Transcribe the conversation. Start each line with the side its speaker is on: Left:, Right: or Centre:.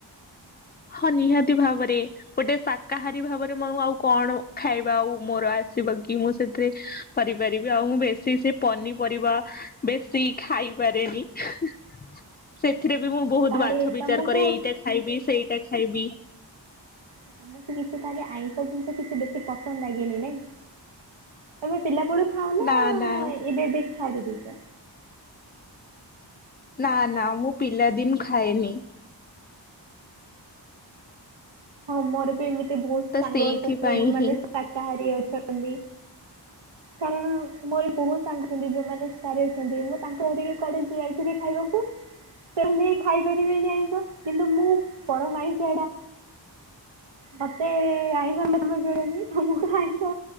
Left: ହଁ ନିହାତି ଭାବରେ, ଗୋଟେ ଶାକାହାରୀ ଭାବରେ ମ ମୁଁ କଣ ଖାଇବା ଆଉ ମୋର ଆସିବ କି! କି ମୁଁ ସେଥିରେ କରିପାରିବି, ଆଉ ମୁଁ ବେଶୀ ସେ ପନିପରିବା ବେଶୀ ଖାଇପାରେ ନି ହୁଁ -ହୁଁ-ହୁଁ ସେ- ଥିରେ ବି ମୁଁ ବହୁତ
Right: ତାହେଲେ
Left: ବାଛବିଚାର
Right: ତମକୁ
Left: କରେ ଏଇଟା ଖାଇବି ସେଇଟା ଖାଇବି।
Right: ସମସ୍ତେ ମିଶି କାଲି ଆଇଁଷ ଜିନିଷ କିଛି ବେଶୀ ପସନ୍ଦ ଲାଗେନି ନାଇଁ, ତମେ ପିଲାବେଳୁ ଖାାଉନାଆଆ
Left: ନା ନା
Right: ଏବେ ଏବେ ଛାଡ଼ି ଦେଇଛ?
Left: ନା ନା ମୁଁ ପିଲାଦିନୁ ଖାଏନି।
Right: ହଁ ମୋର ବି ଏମିତି ବହୁତ
Left: ତ
Right: ସାଙ୍ଗ
Left: ସେଇଥିପାଇଁ
Right: ଅଛନ୍ତି ଯୋଉମାନେ
Left: ହିଁ
Right: ଶାକାହାରୀ ଅଛ ଛନ୍ତି କାରଣ ମୋର ବହୁତ ସାଙ୍ଗ ଅଛନ୍ତି ଯୋଉମାନେ କାରଉଛନ୍ତି, ମୁଁ ତାଙ୍କୁ ଧରିକି କୁଆଡ଼େ ଯାଇଥିବି ଖାଇବାକୁ ତାହେଲେ ଖାଇପାରିବେନି ଆଇଁଷ କିନ୍ତୁ ମୁଁ ପରମ ଆଇଁଷିଆଟା। ମତେ ଆଇଁଷ <inaudible> ତମର ଆଇଁଷ